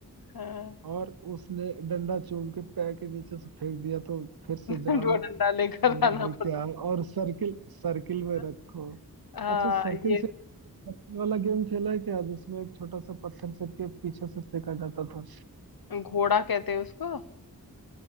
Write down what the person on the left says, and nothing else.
हाँ
<laughs>
दो डंडा लेकर
आना
पड़ता
है
हाँ
ये
घोड़ा कहते हैं उसको